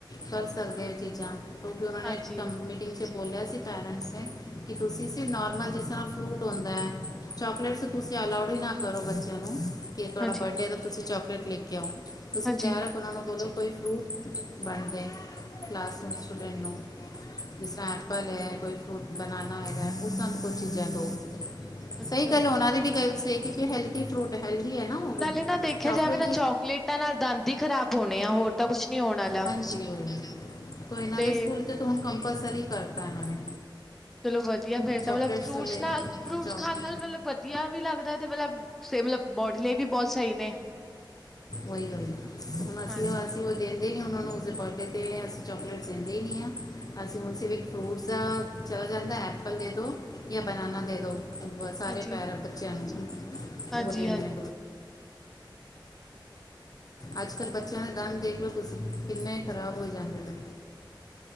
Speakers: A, on the left; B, in the centre.
A: ਕਰ ਸਕਦੇ ਏ ਚੀਜ਼ਾਂ ਕਿੳਕਿ ਉਹਨਾਂ ਨੇ
B: ਹਾਂਜੀ।
A: ਮੀਟਿੰਗ ਚ ਬੋਲਿਆ ਸੀ ਪੇਰੈਂਟਸ ਨੇ ਕਿ ਤੁਸੀਂ ਸੀ ਨੋਰਮਲ ਜਿਸ ਤਰ੍ਹਾਂ ਫਰੂਟ ਹੁੰਦਾ ਹੈ, ਚੋਕਲੇਟਸ ਤੁਸੀਂ ਅਲਾੳਡ ਹੀ ਨਾ ਕਰੋ ਬੱਚਿਆਂ ਨੂੰ। ਕਿ ਤੁਹਾਡਾ
B: ਹਾਂਜੀ,
A: ਬਰਡੇ ਏ ਤੇ ਤੁਸੀਂ ਚੋਕਲੇਟ ਲੈ ਕੇ ਆਓ, ਤੁਸੀਂ
B: ਹਾਂਜੀ।
A: ਡਾਰੇੱਕਟ ਉਹਨਾ ਨੂੰ ਬੋਲੋ ਕੋਈ ਫਰੂਟ ਵੰਡ ਦੇਣ, ਕਲਾਸਰੂਮ ਸਟੂਡੈਂਟ ਨੂੰ ਜਿਸ ਤਰ੍ਹਾਂ ਐੱਪਲ ਹੈ, ਕੋਈ ਫਰੂਟ ਬਨਾਨਾ ਹੈਗਾ, ਉਸ ਤਰ੍ਹਾਂ ਕੋਈ ਚੀਜ਼ਾਂ ਦੋ।
B: ਅੱਛਾ
A: ਸਹੀ ਗੱਲ
B: ਜੀ।
A: ਉਹਨਾਂ ਦੀ ਵੀ ਗਲ ਸਹੀ ਏ ਕਿਉਂਕਿ ਹੈਲਦੀ ਫਰੂਟ ਹੈਲਦੀ ਹੈ ਨਾ ਉਹ
B: ਨਾਲੇ
A: ਵੀ,
B: ਨਾ ਦੇਖਿਆ
A: ਚਾੱਕਲੇਟ
B: ਜਾਵੇ ਨਾ ਚੋਕਲੇਟਾਂ ਨਾਲ ਦੰਦ ਹੀ ਖ਼ਰਾਬ ਹੋਣੇ ਆ ਹੋਰ ਤਾਂ ਕੁਛ ਨੀ ਹੋਣ ਆਲਾ।
A: ਹਾਂਜੀ ਉਹੀ ਤੋ ਇਹਨਾਂ
B: ਤੇ
A: ਦੇ ਸਕੂਲ ਚ ਤੇ ਹੁਣ ਕੰਪਲਸਰੀ ਕਰਤਾ ਇਹਨਾਂ ਨੇ।
B: ਚਲੋ ਵਧੀਆ ਫੇਰ
A: ਚਾਕਲੇਟਸ
B: ਤਾਂ ਮਤਲਬ ਫਰੂਟਸ
A: ਤੋਂ ਲੈ
B: ਨਾਲ, ਫਰੂਟਸ
A: ਚੌਕ
B: ਖਾਣ ਨਾਲ ਮਤਲਬ ਵਧੀਆ ਵੀ ਲੱਗਦਾ ਤੇ ਮਤਲਬ ਸਬ ਬੋਡੀ ਲਈ ਵੀ ਬਹੁਤ ਸਹੀ ਨੇ।
A: ਉਹੀ ਉਹੀ, ਹੁਣ ਅਸੀਂ
B: ਹਾਂਜੀ।
A: ਅਸੀਂ ਉਹ ਕਦੇ ਨੇ ਉਹਨਾ ਨੂੰ ਉਸਦੇ ਬਰਡੇ ਤੇ ਅਸੀਂ ਚੋਕਲੇਟ ਦਿੰਦੇ ਹੀ ਨੀ ਆ। ਅਸੀਂ ਹੁਣ ਸ ਫਰੂਟਸ ਦਾ ਚਲਾ ਜਾਂਦਾ ਐਪਲ ਦੇ ਦੋ ਜਾਂ ਬਨਾਨਾ ਦੇ ਦੋ। ਸਾਰੇ
B: ਹਾਂਜੀ,
A: ਪਿਆਰੇ ਬੱਚਿਆਂ ਨੂੰ ਜੀ,
B: ਹਾਂਜੀ,
A: ਉਹ ਦੇਨੇ
B: ਹਾਂ
A: ਆ। ਅੱਜ ਕੱਲ੍ਹ ਬੱਚਿਆਂ ਦੇ ਦੰਦ ਦੇਖਲੋ ਤੁਸੀਂ, ਕਿੰਨੇ ਖ਼ਰਾਬ ਹੋ ਜਾਂਦੇ ਨੇ।